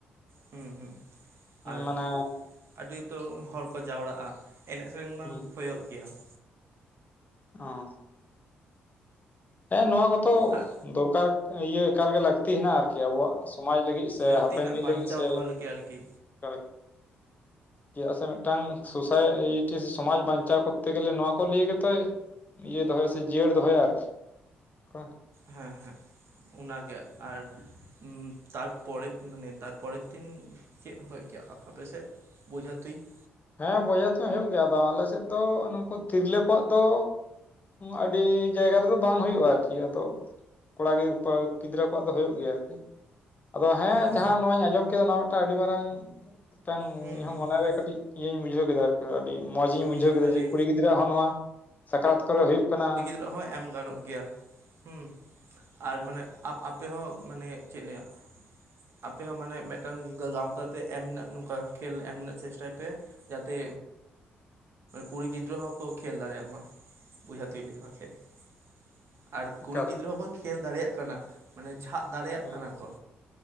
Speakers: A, on the right; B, on the left.
A: ᱦᱩᱸ ᱦᱩᱸ ᱟ-ᱨ-ᱩᱸᱦ
B: ᱢᱟᱱᱮ
A: ᱾ ᱟᱹᱰᱤ ᱩᱛᱟᱹᱨ ᱦᱚᱲ ᱠᱚ ᱡᱟᱣᱨᱟᱜ-ᱟ ᱮᱱᱮᱡ ᱥᱮᱹᱨᱮᱹᱧ ᱢᱟ
B: ᱦᱩᱸ
A: ᱦᱳᱭᱳᱜ ᱜᱮᱭᱟ ᱾
B: ᱦᱚᱸ ᱾ ᱦᱮᱸ ᱱᱚᱣᱟ ᱠᱚᱛᱚ
A: ᱟᱨ
B: ᱫᱚᱨᱠᱟᱨ ᱤᱭᱟᱹ ᱮᱠᱟᱞ ᱜᱮ ᱞᱟᱹᱠᱛᱤ ᱦᱮᱱᱟᱜ-ᱟ ᱟᱨᱠᱤ ᱾ ᱟᱵᱚᱣᱟᱜ ᱥᱚᱢᱟᱡᱽ ᱞᱟᱹᱜᱤᱫ ᱥᱮ
A: ᱞᱟᱹᱠᱛᱤ
B: ᱦᱟᱯᱮᱱ
A: ᱦᱮᱱᱟᱜ
B: ᱫᱤᱱ
A: ᱵᱟᱧᱪᱟᱣ
B: ᱞᱟᱹᱜᱤᱫ ᱥᱮ,
A: ᱫᱚᱦᱚ ᱞᱟᱹᱜᱤᱫ ᱟᱨᱠᱤ
B: <unintelligible> <inaudible> ᱪᱮᱫᱟᱜ ᱥᱮ ᱢᱤᱫᱴᱟᱝ ᱥᱳᱥᱟᱭ ᱤᱴᱤ ᱥᱮ ᱥᱚᱢᱟᱡᱽ ᱵᱟᱧᱪᱟᱣ ᱠᱚᱨᱛᱮ ᱜᱮᱞᱮ ᱱᱚᱣᱟ ᱠᱚ ᱞᱤᱭᱮ ᱜᱮᱛᱚᱭᱼᱼ ᱤᱭᱟᱹ ᱫᱚᱦᱚᱭᱟ ᱥᱮ ᱡᱤᱭᱟᱹᱲ ᱫᱚᱦᱚᱭᱟ ᱟᱨᱠᱤ ᱾ ᱠᱟᱸᱜᱼᱼ
A: ᱦᱮᱸ ᱦᱮᱸ, ᱚᱱᱟᱜᱮ ᱟᱨᱼᱼ ᱦᱩᱸ ᱛᱟᱨᱯᱚᱨᱮᱨ ᱫᱤᱱ ᱢᱟᱱᱮ ᱛᱟᱨᱯᱚᱨᱮᱨ ᱫᱤᱱ, ᱪᱮᱫ ᱦᱩᱭᱩᱜ ᱜᱮᱭᱟ ᱟᱯᱮ ᱥᱮᱫ? ᱵᱚᱡᱷᱟ ᱛᱩᱭ ᱾
B: ᱦᱮᱸ ᱵᱚᱡᱷᱟ ᱛᱩᱧ ᱦᱩᱭᱩᱜ ᱜᱮᱭᱟ, ᱟᱫᱚ ᱟᱞᱮ ᱥᱮᱫ ᱫᱚ ᱱᱩᱠᱩ ᱛᱤᱨᱞᱟᱹ ᱠᱚᱣᱟᱜ ᱫᱚᱼᱼ ᱟᱹᱰᱤ ᱡᱟᱭᱜᱟ ᱨᱮᱫᱚ ᱵᱟᱝ ᱦᱩᱭᱩᱜ-ᱟ ᱟᱨᱠᱤ ᱟᱫᱚ ᱾ ᱠᱚᱲᱟ ᱜᱮ <inaudible> ᱜᱤᱫᱽᱨᱟᱹ ᱠᱚᱣᱟᱜ ᱫᱚ ᱦᱩᱭᱩᱜ ᱜᱮᱭᱟ ᱟᱨᱠᱤ ᱾ ᱟᱫᱚ ᱦᱮᱸ
A: ᱚ
B: ᱡᱟᱦᱟᱸ ᱱᱚᱣᱟᱧ ᱟᱸᱡᱚᱢ ᱠᱮᱫᱟ ᱱᱚᱣᱟ ᱢᱤᱫᱴᱟᱝ ᱟᱹᱰᱤ ᱢᱟᱨᱟᱝ, ᱢᱤᱫᱴᱟᱝ
A: ᱦᱩᱸ
B: ᱤᱧᱦᱚᱸ
A: ᱦᱩᱸ
B: ᱢᱚᱱᱮᱨᱮ
A: ᱦᱩᱸ
B: ᱠᱟᱹᱴᱤᱡᱼᱼ ᱤᱭᱟᱹᱧ ᱵᱩᱡᱷᱟᱹᱣ ᱠᱮᱫᱟ ᱟᱨᱠᱤ ᱟᱹᱰᱤ ᱢᱚᱸᱡᱽ ᱤᱧ
A: ᱦᱩᱸ
B: ᱵᱩᱡᱷᱟᱹᱣ ᱠᱮᱫᱟ
A: ᱢᱟᱱᱮ
B: ᱡᱮ ᱠᱩᱲᱤ ᱜᱤᱫᱽᱨᱟᱹ ᱦᱚᱸ ᱱᱚᱣᱟᱼᱼ ᱥᱟᱠᱨᱟᱛ ᱠᱚᱨᱮ ᱦᱩᱭᱩᱜ ᱠᱟᱱᱟ ᱾
A: ᱨᱮ ᱦᱚᱸ ᱮᱢ ᱜᱟᱱᱚᱜ ᱜᱮᱭᱟ, ᱦᱩᱸᱼᱼ ᱟᱨ ᱢᱟᱱᱮ ᱟᱯ ᱟᱯᱮ ᱦᱚᱸ ᱢᱟᱱᱮ ᱪᱮᱫ ᱞᱟᱹᱭᱟ ᱾ ᱟᱯᱮ ᱦᱚᱸ ᱢᱟᱱᱮ ᱢᱤᱫᱴᱟᱝ ᱜᱟᱶᱛᱟ ᱛᱮ ᱮᱢ ᱨᱮᱱᱟᱜ ᱱᱚᱝᱠᱟ ᱠᱷᱮᱞ ᱮᱢ ᱨᱮᱱᱟᱜ ᱪᱮᱥᱴᱟᱭ ᱯᱮ ᱾ ᱡᱟᱛᱮ, ᱠᱩᱲᱤ ᱜᱤᱫᱽᱨᱟᱹ ᱦᱚᱸ ᱠᱚ ᱠᱷᱮᱞ ᱫᱟᱲᱮᱭᱟᱜ ᱢᱟ ᱾ ᱵᱩᱡᱷᱟ ᱛᱩᱧ ᱞᱮᱠᱟᱱᱟᱜ ᱠᱷᱮᱞ ᱾ ᱟᱨ
B: ᱮᱠᱟᱞ
A: ᱠᱩᱲᱤ ᱜᱤᱫᱽᱨᱟᱹ
B: ᱜᱮ
A: ᱦᱚᱸᱠᱚ ᱠᱷᱮᱞ ᱫᱟᱲᱮᱭᱟᱜ ᱠᱟᱱᱟ ᱾ ᱢᱟᱱᱮ ᱡᱷᱟᱜ ᱫᱟᱲᱮᱭᱟᱜ
B: ᱦᱩᱸ
A: ᱠᱟᱱᱟ ᱠᱚ,